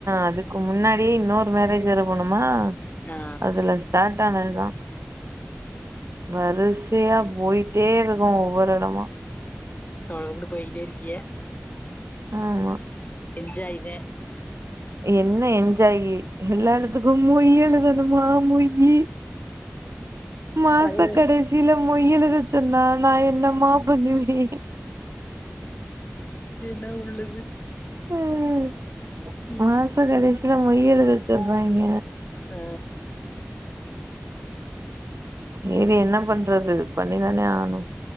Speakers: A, on the right; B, on the left.
A: அதுக்கு முன்னாடி இன்னொரு மேரேஜ் வேற போனொமா
B: ஆ
A: அதுல‌ ஸ்டார்ட் டானதுதா வரிசையா போயிட்டேருக்கோ ஒவ்வொரு எடமா
B: தொடர்ந்து போய்கிட்டே இருக்கீய
A: ஆமா
B: என்ஜாய்தே
A: என்ன என்ஜாயி எல்லா எடத்துக்கும் மொய் எழுத னுமா மொய் யி மாச
B: அது
A: கடசில மொய் எழு துச்சுன்னா நா என் ன்னம்மா பண்ணுவே
B: ட உள்ளது
A: ம்
B: ம்
A: மாச கடசி த்தல மொய்யெலுத சொல்றாங்க
B: அ
A: சேரி என்ன பண்றது பண்ணிதான ஆனு